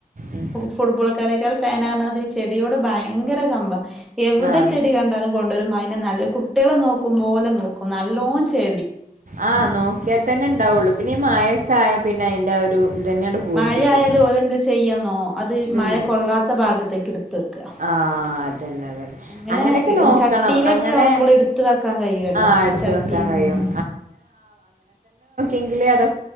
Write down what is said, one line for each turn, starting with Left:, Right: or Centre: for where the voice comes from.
Right: ഉം
Centre: ഫുട്ബോൾക്കാരെക്കാെൾ ഫാനാർഞ്ഞ മാതിരി ചെ ചെടിയോട് ഭയങ്കര കമ്പാ എവിടെ
Right: ആഹ്
Centre: ചെടി കണ്ടാലും കൊണ്ടുവരും മയ നല്ല കുട്ടികളെ നോക്കുമ്പോലെ നോക്കും ക്കും നല്ലോം ച്ച്
Right: ആ നോക്കിയാൽ തന്നെണ്ടാവും ഈ മയൊക്കെ ആയ പിന്നെ ഐന് ന്താ ഒരു ഇതന്നെയാണ്ട് പോയി
Centre: മഴയായാലും
Right: കിട്ടും
Centre: ഓരെന്താ ചെയ്യാന്നോ അത് മഴ
Right: ഉം
Centre: കൊള്ളാത്ത ഭാഗത്തേക്ക് ക്കിട്ത് ത്തെക്ക
Right: ആഹ് അതന്നെ അതന്നെ
Centre: അങ്ങനെ
Right: അങ്ങനെയൊക്കെ നോക്കണം
Centre: ചട്ടിയിലെക്കെ
Right: അങ്ങനെ
Centre: ആവുമ്പോള് എടുത്ത് വെക്കാൻ കഴിയുവല്ലോ
Right: ആഹ് എടുത്ത്
Centre: ചട്ടിന്നൊന്നും
Right: വെക്കാൻ കഴിയും എങ്കിലേ അതൊ